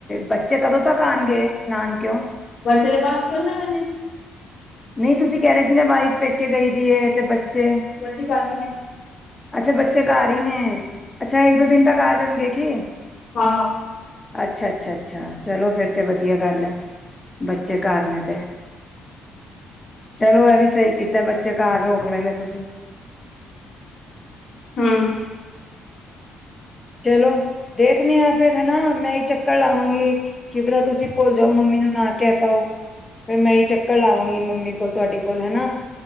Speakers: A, on the left; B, on the left.
A: ਬੱਚੇ ਕਦੋਂ ਤੱਕ ਆਉਣਗੇ ਨਾਨਕਿਉਂ
B: ਫੇਰ ਬਸ ਖੇਲਦੇ ਪਏ ਨੇ
A: ਨਹੀਂ, ਤੁਸੀਂ ਕਹਿ ਰਹੇ ਸੀ ਨਾ ਵਾਈਫ ਪੇਕੇ ਗਈ ਦੀ ਤੇ ਬੱਚੇ
B: ਬੱਚੇ ਕਰ ਰਹੇ ਨੇ।
A: ਅੱਛਾ, ਬੱਚੇ ਘਰ ਹੀ ਨੇ ਅੱਛਾ ਇੱਕ-ਦੋ ਦਿਨ ਤੱਕ ਆ ਜਾਣਗੇ ਕੀ
B: ਹਾਂ,
A: ਅੱਛਾ-ਅੱਛਾ- ਅੱਛ ਅੱਛਾ, ਚਲੋ ਫਿਰ ਤੇ ਵਧੀਆ ਗੱਲ ਹੈ ਬੱਚੇ ਘਰ ਨੇ ਤੇ ਚਲੋ, ਇਹ ਵੀ ਸਹੀ ਕੀਤਾ ਬੱਚੇ ਘਰ ਰੋਕ ਲੈਂਏ ਨੇ ਤੁਸੀ।
B: ਹੁੰ।
A: ਚਲੋ, ਦੇਖਨੇ ਹਾਂ ਫਿਰ ਹੈਨਾ ਮੈਂ ਇਹ ਚੱਕਰ ਲਾਵਾਂਗੀ ਕਿ ਪਤਾ ਤੁਸੀਂ ਭੁੱਲ ਜਾਓ ਮੰਮੀ ਨੂੰ ਨਾ ਕਹਿ ਪਾਓ ਫਿਰ ਮੈਂ ਇਹ ਚੱਕਰ ਲਾਵਾਂਗੀ ਮੰਮੀ ਕੋਲ, ਤੁਹਾਡੇ ਕੋਲ ਹੈਨਾ